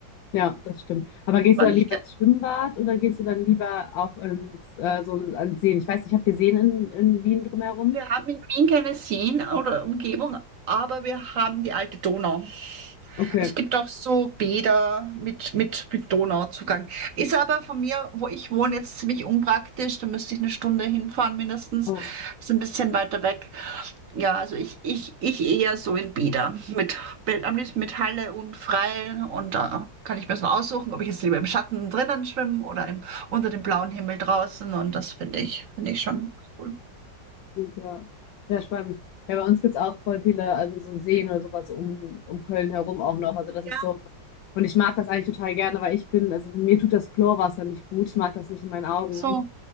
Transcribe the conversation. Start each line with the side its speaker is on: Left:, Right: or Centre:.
Left: ja, das stimmt. Aber
Right: Das
Left: gehst
Right: mag
Left: du dann
Right: ich
Left: lieber ins Schwimmbad oder gehst du dann lieber auch ins, äh, so an Seen? Ich weiß nicht, habt ihr Seen in, in Wien drumherum?
Right: Wir haben in Wien keine Seen oder Umgebung, aber wir haben die alte Donau.
Left: Okay.
Right: Es gibt auch so Bäder mit, mit, mit Donauzugang. Ist aber von mir, wo ich wohne, jetzt ziemlich unpraktisch. Da müsste ich eine Stunde hinfahren mindestens.
Left: Oh.
Right: Ist ein bisschen weiter weg. Ja, also ich, ich, ich eher so in Bäder. Mit, mit, am liebsten mit Halle und Freien. Und da kann ich mir so aussuchen, ob ich jetzt lieber im Schatten drinnen schwimme oder im, unter dem blauen Himmel draußen. Und das finde ich, finde ich schon cool.
Left: Gut, ja. Ja, spannend. Ja, bei uns gibt es auch voll viele, also so Seen oder sowas um, um Köln herum auch noch. Also das ist
Right: Ja,
Left: so. Und ich mag das eigentlich total gerne, weil ich bin, also mir tut das Chlorwasser nicht gut. Ich mag das nicht in meinen Augen.
Right: so.